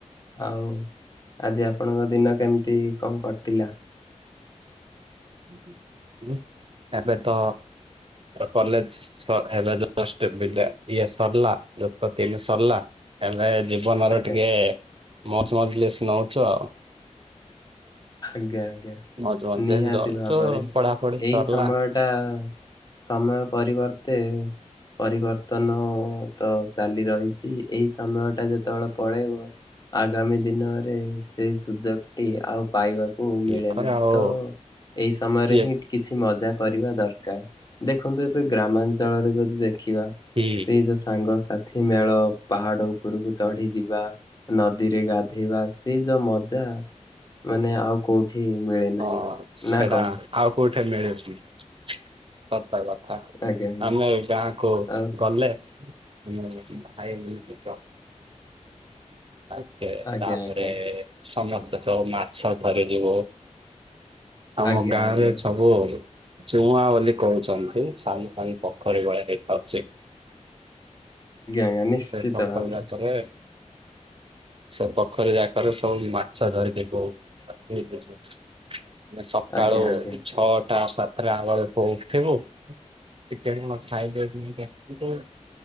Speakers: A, on the left; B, on the right.
A: ଆଉ ଆଜି ଆପଣଙ୍କ ଦିନ କେମିତି କଣ କଟିଲା?
B: ହୁଁ <unintelligible> ଏବେ ତ କଲେଜ ଏବେ ଯଷ୍ଟ ଇଏ ସରିଲା। ଦୈପତି ବି ସରିଲା ଆ ଜୀବନର
A: ଆଜ୍ଞା
B: ଟିକେ ମଜ ମଜଲିସ୍ ନଉଛ ଆଉ।
A: ଆଜ୍ଞା ଆଜ୍ଞା।
B: ମଜ ମଜଲିସ୍
A: ନିହାତି
B: ନଉଛୁ
A: ଭାବରେ
B: ପଢାପଢି
A: ଏଇ
B: ସରିଲା।
A: ସମୟ ଟା ସମୟ ପରିବର୍ତ୍ତେ ପରିବର୍ତ୍ତନ ତ ଚାଲି ରହିଛି ଏଇ ସମୟଟା ଯେ ତଳ ପଳେଇବ ଆଗାମୀ ଦିନରେ ସେଇ ସୁଯୋଗଟି ଆଉ ପାଇବାକୁ ମିଳେ
B: ତାପରେ
A: ନାହିଁ
B: ଆଉ
A: ତ ଏଇ ସମୟରେ
B: ଇଏ
A: ହିଁ କିଛି ମଜା କରିବା ଦର କାର ଦେଖନ୍ତୁ ଏବେ ଗ୍ରାମାଞ୍ଚଳରେ ଯଦି ଦେଖିବା
B: କି
A: ସେଇ ଯୋଉ ସାଙ୍ଗସାଥି ଏଥିମେଳ ପାହାଡ ଉପରକୁ ଚଢି ଯିବା ନଦୀରେ ଗାଧେଇବା ସେଇ ଯୋଉ ମଜା ମାନେ ଆଉ କୋଉଠି ମିଳେ ନାହିଁ
B: ହଁ ସେଟା
A: ନା କଣ
B: ଆଉ କୋଉଠି ମିଳୁନି। ସତ କଥା
A: ଆଜ୍ଞା ଆଜ୍ଞା
B: ଆମେ ଗାଁକୁ
A: ଆଉ
B: ଗଲେ <unintelligible> ଆ କେ
A: ଆଜ୍ଞା
B: ତାପରେ
A: ଆଜ୍ଞା
B: ସମସ୍ତେ ତ ମାଛ ଧରି ଯିବୁ ଆମ
A: ଆଜ୍ଞା
B: ଗାଁରେ
A: ଆଜ୍ଞା ଆଜ୍ଞା
B: ସବୁ ଚୁଆଁ ବୋଲି କହୁଛନ୍ତି। ସାନ ସାନ ପୋଖରୀ ଭଳିଆ ଦେଖାହୋଉଛି।
A: ଆଜ୍ଞା ନିଶ୍ଚିତ
B: ସେ ପୋଖରୀ
A: ଭାବରେ
B: ମାଛରେ ସେ ପୋଖରୀ ଯାକର ସବୁ ମାଛ ଧରିଥା ବହୁ ହେଇ ସକାଳୁ
A: ଆଜ୍ଞା ଆଜ୍ଞା।
B: ଛଅଟା ସାତଟା ହେଲାବେଳକୁ ଉଠିବୁ। ଟିକେ କଣ ଖାଇଦେଉଛି ତ।